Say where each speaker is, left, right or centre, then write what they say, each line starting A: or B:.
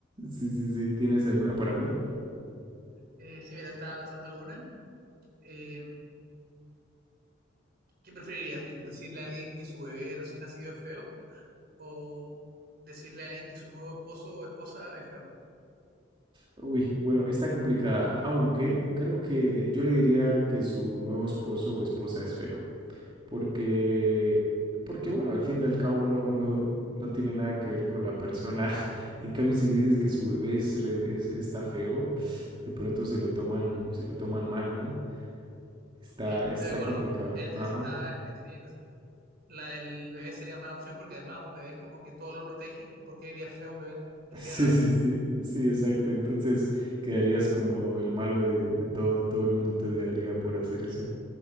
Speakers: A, on the right; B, on the right.
A: Sí, sí, sí. ¿Tienes alguna para mí?
B: Eh, si me estaba pensando alguna, eh, ¿qué preferirías tú? ¿Decirle a alguien que su bebé recién nacido es feo? ¿O decirle a alguien que su nuevo esposo o esposa es feo?
A: Uy, bueno, está complicada, aunque creo que yo le diría que su nuevo esposo o esposa es feo. Porque, porque bueno, al fin y al cabo no, no, no tiene nada que ver con la persona. <laughs> En cambio, si le dices que su bebé es, re- es- está feo, de pronto se lo toman, se lo toman mal, ¿no? Está,
B: Sí, estoy
A: está
B: de acuerdo.
A: complicado.
B: Este-
A: Ajá.
B: ese está,
A: <laughs>
B: eh, sí, no. La del bebé sería mala opción porque además un bebé es como que todo lo protegen. ¿Por qué diría feo un bebé? Qué
A: Sí,
B: diría raro
A: sí,
B: eso.
A: sí,
B: <laughs>
A: sí, exacto. Entonces quedarías como el malo de, de todo. Todo el mundo te odiaría por hacer eso.